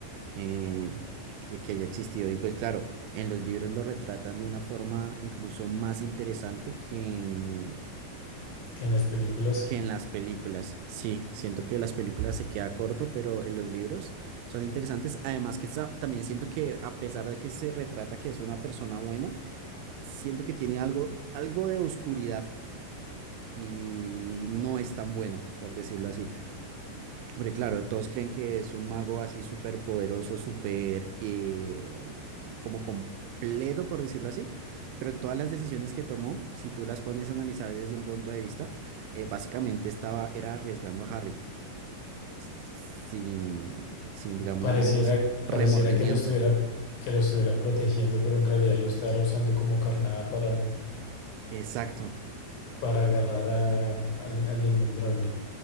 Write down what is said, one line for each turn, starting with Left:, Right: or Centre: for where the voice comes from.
Right: eh, que, que haya existido. Y pues claro, en los libros lo retratan de una forma incluso más interesante que mm,
Left: en las películas
Right: que en las películas. Sí, siento que las películas se queda corto, pero en los libros son interesantes. Además que sa- también siento que a pesar de que se retrata que es una persona buena, siento que tiene algo, algo de oscuridad y no es tan bueno, por decirlo así. Hombre, claro, todos creen que es un mago así súper poderoso, súper eh, como completo, por decirlo así, pero todas las decisiones que tomó, si tú las pones a analizar desde un punto de vista, eh, básicamente estaba, era arriesgando a Harry, sin, sin, digamos,
Left: pareciera,
Right: remordimiento.
Left: pareciera que lo estuviera, que lo estuviera protegiendo, pero en realidad lo estará usando como carnada para,
Right: Exacto,
Left: para agarrar a- al, al innombrable.